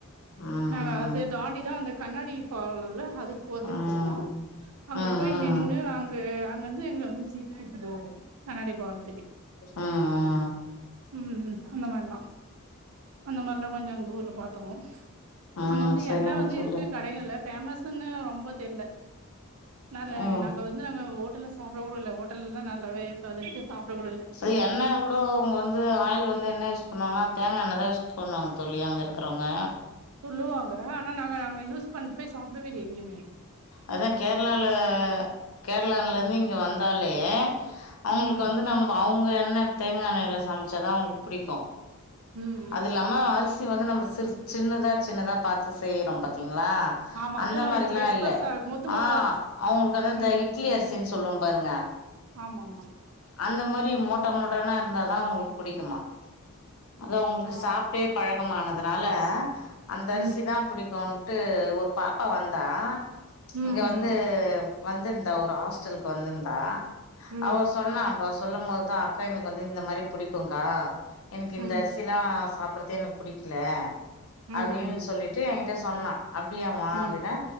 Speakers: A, on the left; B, on the right.
A: ம்
B: நாங்க அத தாண்டிதா அந்த கண்ணாடி பாலல்ல அதுக் போத்திட்
A: ம் ம்
B: போனோ அங்க
A: ம்
B: போய் நின்னு அங் கு அங்க வந்து எங்கள வந்து ஜீப் கூட்டுப் போகு கண்ணாடி பாலத்துக்கு
A: ஆ ஆ
B: ம் ம் அந்த மார்லா அந்த மார்லா கொஞ்ச அந்த ஊர்ல பாத் பாத்தோ
A: ம்
B: அங்க வந்து
A: சரிங்க
B: என்ன வந்து
A: தோழி
B: இருக்கு கடையு இல்ல பேமஸ் சின்ன பொண்ணு ரொம்ப தெர்ல நற
A: ம்
B: நாங்க வந்து வந்து நாங்க ஹோட்டல சாப்ட கூட இல்ல ஹோட்டல்லா நல்லாவே இருக்காதுன்ட்டு சாப்ட கூட இல்ல
A: சரி எண்ணெ கூட அவுங்க வந்து ஆயில் வந்து என்ன யூஸ் பண்ணுவாங்கன்னா தேங்க எண்ணெதா யூஸ் பண்ணுவாங்க தோழி அங்க இருக்றவங்க
B: சொல்லுவாங்க ஆனா நாங்க அங்க யூஸ் பண்ணபே சாப்டவே இல்லியே எங்கியுமே
A: அதா கேரளால கேரளான்ல இருந்து இங்க வந்தாலே அவுங்களுக்கு
B: ம்
A: வந்து நம்ம அவுங்க என்ன தேங்காய் என்னைல சமைச்சாதான் அவுங்ளுக்கு புடிக்கு
B: ம் ம்
A: அது இல்லாம அரிசி வந்து நம்ம சிறு சின்னதா சின்னதா பாத்து செய்யறோ பாத்திங்ளா
B: ஆமா
A: அந்த
B: அது மாரி
A: மாரிலா
B: பெருசு
A: இல்ல
B: பெருசா மொத்து மொத்தா
A: அ அவுங்ளுக்கு அதா இந்த
B: ம்
A: இட்லி அரிசின்னு சொல்லுவோ பாருங்க
B: ஆமா ஆமா
A: அந்த மாரி மோட்டா மோட்டானா இருந்தாதா அவுங்ளுக்கு புடிக்குமா அத அவுங்ளுக்கு
B: ஆ
A: சாப் ப்டே பழக்கமானதுனால அந்த அரிசி
B: ம்
A: தா புடிக்கு ட்டு ஒரு பாப்பா வந்தா
B: ம்
A: இங்க
B: ம்
A: வந்து வந்துர்ந்தா ஒரு ஹாஸ்டலுக்கு வந்துர்ந்தா
B: ம்
A: அவ சொன்ன அ சொல்லு போதுதா அக்கா எனக்கு வந்து இந்த மாதிரி புடிக்குக்கா எனக்கு இந்த
B: ம்
A: அரிசிலா சாபபுட்றதே எனக்கு புடிக்கல
B: ம்
A: அப்டின்னு சொல்ட்டு எகிட்ட சொன்னா அப்டியாமா
B: ம்
A: அப்டின்னா